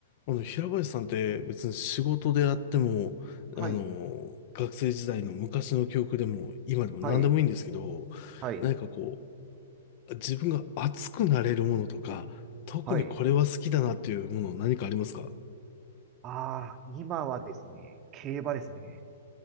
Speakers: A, on the left; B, on the right.
A: あの、平林さんって別に仕事であっても、
B: はい、
A: あの、学生時代の昔の記憶でも、今でも何でもいいんですけど、
B: はい、はい、
A: 何かこう、自分が熱くなれるものとか、特にこれは好きだなっていうもの何かありますか
B: はい。ああ、今はですね、競馬ですね。